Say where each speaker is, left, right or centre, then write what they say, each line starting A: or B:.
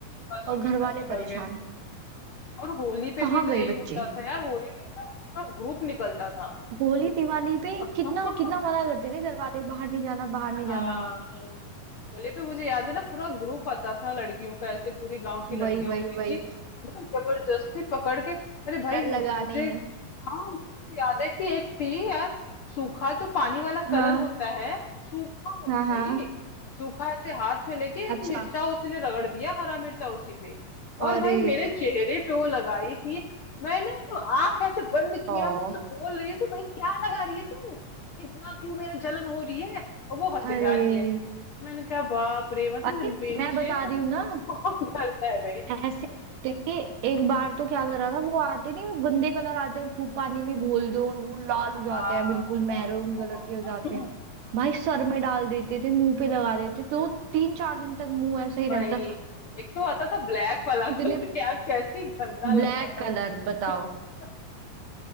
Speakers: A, on the left; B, on the right.
A: बस
B: और
A: उनके
B: घर
A: साथ
B: वाले
A: निकल
B: परेशान
A: गए और होली पे
B: कहाँ
A: भी तो
B: गए
A: यही
B: बच्चे
A: होता था यार होली पे क्या पूरा ग्रुप निकलता था
B: होली दिवाली पे
A: <laughs>
B: कितना कितना मना करते थे घर वाले बाहर नहीं जाना बाहर नहीं
A: हाँ
B: जाना
A: हाँ। होली पे मुझे याद है ना पूरा ग्रुप आता था लड़कियों का ऐसे पूरी गांव की लड़कियां
B: वही वही
A: होती
B: वही
A: थी मतलब जबरदस्ती पकड़ के अरे भाई
B: डर
A: मु-
B: लगाने
A: मुझे हाँ मुझे तो याद है कि एक थी यार सूखा जो पानी वाला
B: हाँ
A: कलर होता है सूखा वो
B: हाँ
A: भी भाई
B: हाँ
A: सूखा ऐसे हाथ में लेके एक
B: अच्छा
A: मिर्चा उसने रगड़ दिया हरा मिर्चा उसी पे और
B: अरे
A: भाई मेरे चेहरे पे वो लगाई थी मैंने तो आंख ऐसे बंद किया
B: ओ
A: मैं उससे बोल रही हूँ कि भाई क्या लगा रही है तू इतना क्यों मेरा जलन हो रही है और वो हंसे
B: अरे
A: जा रही है मैंने कहा बाप रे मतलब
B: अरे
A: मुझे मिर्चे
B: मैं बता
A: से
B: रही हूँ ना
A: कौन करता है भाई
B: ऐसे करते थे एक बार तो क्या करा था वो आते नहीं वो गंदे कलर आते हैं खूब पानी में घोल दो और वो लाल
A: हाँ
B: हो जाते हैं बिल्कुल
A: हाँ,
B: मैरून
A: हाँ,
B: कलर के हो जाते
A: हाँ।
B: हैं भाई सर में डाल देते थे मुंह पे लगा देते तो तीन चार दिन तक मुंह ऐसे ही
A: वही
B: रहता था
A: एक तो आता था ब्लैक वाला कलर
B: इतने
A: <laughs> यार कैसे गंदा लगता
B: ब्लैक
A: था
B: कलर
A: वो
B: बताओ
A: <laughs>